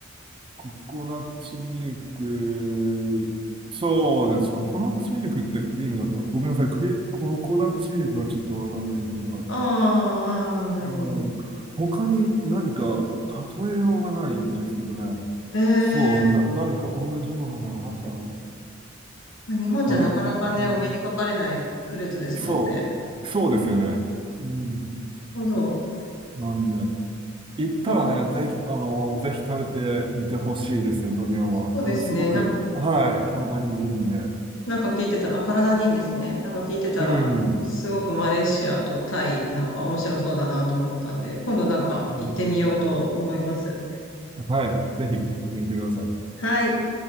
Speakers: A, on the right; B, on the left.
A: ココナッツミルク、そうです。ココナッツミルクってクリームだと、ごめんなさい。クリ、ココナッツミルクはちょっとわかんないんですけど、
B: あーあなるほど。
A: うん、他に何か例えようがないんですけどね。
B: ええ、
A: そう、な、何か同じようなものあったの
B: まあ日本じゃなかなかね、
A: あの、うん、
B: お目にかかれないフルーツですもんね。
A: そう、そうですよね。
B: なる
A: うん、
B: ほど。
A: なんで。行ったらね、
B: あ
A: ぜひ、あの、ぜひ食べてみてほしいですね、鶏あんは。
B: そうですね。
A: あの、すごく、
B: なん、
A: はい、体にもいいんで。
B: なんか聞いてたら、あ、体にいいんですね。なんか聞いてたら、
A: うん。
B: すごくマレーシアとタイ、なんか面白そうだなと思ったんで、今度なんか行ってみようと思います。
A: うん、はい、ぜひ行ってみてください。
B: はい。